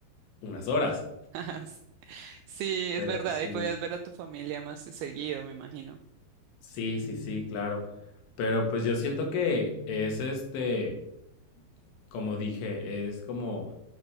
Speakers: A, on the left; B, on the right.
A: unas horas.
B: <laughs> sí, sí, es
A: Pero
B: verdad,
A: sí.
B: y podías ver a tu familia más seguido, me imagino.
A: Sí, sí, sí, claro. Pero pues yo siento que es este, como dije, es como